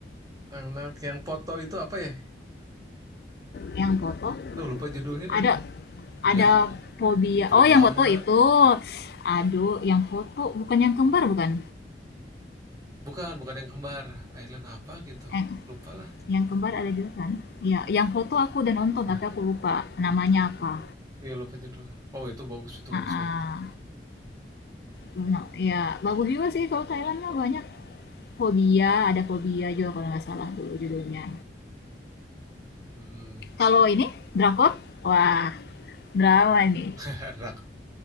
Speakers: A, on the right; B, on the left.
A: anak yang foto itu apa ya?
B: Yang foto.
A: Duh, lupa judulnya.
B: Ada,
A: Eh,
B: ada
A: ya
B: fobia.
A: film
B: Oh, yang
A: lama.
B: foto itu. Aduh, yang foto bukan yang kembar bukan?
A: Bukan, bukan yang kembar. Island apa gitu.
B: Eh,
A: Lupa lah.
B: Yang kembar ada juga kan? ya yang foto aku udah nonton
A: Ya,
B: tapi aku lupa namanya apa.
A: ya lupa judulnya. Oh, itu bagus, itu
B: Heeh.
A: bagus banget.
B: Itu, no- ya bagus juga sih kalau Thailand mah banyak. Fobia, ada fobia juga kalau nggak salah dulu judulnya.
A: Hmm.
B: Kalau ini drakor, wah drama nih.
A: <laughs> rak